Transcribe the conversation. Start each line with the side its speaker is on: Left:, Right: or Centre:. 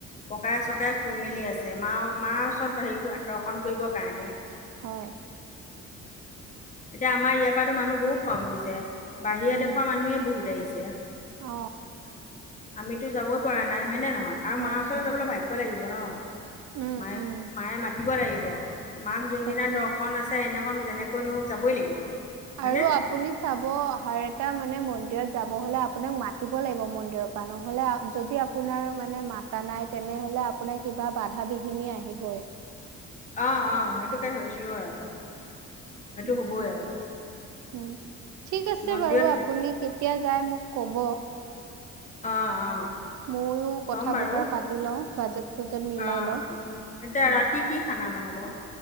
Left: ককাই-চকাই শুই মেলি আছে, মা মাৰ ওচৰত হেৰি দৰ্শন কৰিবৰ কাৰণে।
Right: হয়।
Left: এতিয়া আমাৰ ইয়াৰ পৰাতো মানুহ বহুত কম গৈছে, বাহিৰা
Right: উম,
Left: দেশৰ মানুহে বহুত আহিছ।
Right: অ।
Left: আমিতো যাবই পৰা নাই হয় নে নহয়, আৰু
Right: হয়,
Left: মাৰ ওচৰলৈ
Right: হয়।
Left: যাবলৈ ভাগ্য লাগিব ন।
Right: উম,
Left: মায়ে-মায়ে
Right: উম,
Left: মাতিব লাগিব, মাক যোনদিনা
Right: তাকেই।
Left: দৰ্শন আছে সেইদিনা <unintelligible> যেনেকৈ নহওক যাবই লাগিব। হয়নে
Right: আৰু আপুনি চাব অহাৰ এটা মানে মন্দিৰ দিৰত যাব হ'লে আপোনাক মাতিব লাগিব মন্দিৰৰ পৰা, নহ'লে যদি আপোনাৰ মানে মাতা নাই তে তেনেহলে আপোনাৰ কিবা বাধা বিঘিনি আহিবই।
Left: অ, অ, সেইটো কাই চিঞৰে আৰু। সেইটো
Right: উম,
Left: হ'বই আৰু
Right: উম, ঠিক আছে
Left: মন্দিৰত
Right: বাৰু আপুনি কেত তিয়া যাই মোক ক'ব।
Left: অ, অ।
Right: ময়ো
Left: কম
Right: কথা
Left: বাৰু
Right: বতৰা পাতি লওঁ বাজেট চাজেট মিলাই
Left: আহ
Right: লওঁ
Left: উ এতিয়া
Right: উম।
Left: ৰাতি কি খান ব বনাব